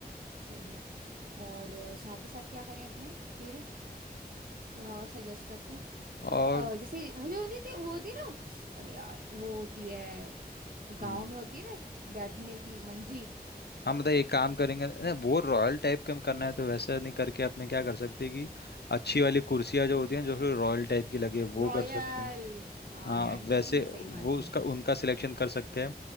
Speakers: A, on the right (about 60°); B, on the left (about 80°).
A: सही है और अ, साथ ही साथ क्या करें अपने फिर थोड़ा और सजेस्ट कर तू
B: और
A: एक अ, जैसे वो जो नहीं थी वो होती ना अरे यार वो होती है
B: हम्म
A: गांव में होती है ना बैठने की मंजी
B: हम बताइए एक काम करेंगे नहीं, वो रॉयल टाइप का करना है तो वैसा नहीं करके अपने क्या कर सकते कि अच्छी वाली कुर्सियाँ जो होती हैं जो थोड़ी रॉयल टाइप की लगे वो
A: रॉयल
B: कर सकते हैं
A: हाँ
B: हाँ
A: यार ये
B: वैसे
A: तूने सही
B: वो
A: बात कही
B: उसका
A: कुछ
B: उनका सिलेक्शन कर सकते हैं